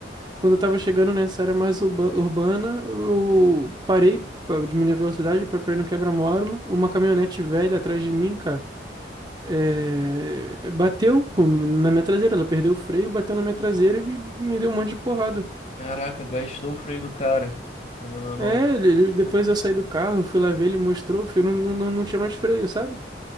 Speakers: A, on the right; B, on the left.
A: Quando eu tava chegando nessa área mais urba- urbana, eu parei pra diminuir a velocidade pra pra ir no quebra-mola. Uma caminhonete velha atrás de mim, cara. É, bateu com- na minha traseira, ela perdeu o freio, bateu na minha traseira e me deu um monte de porrada.
B: Caraca, gastou o freio do cara. Querendo ou não.
A: É, ele, ele- depois eu saí do carro, fui lá ver, ele mostrou, o freio não, não, não não tinha mais freio, sabe?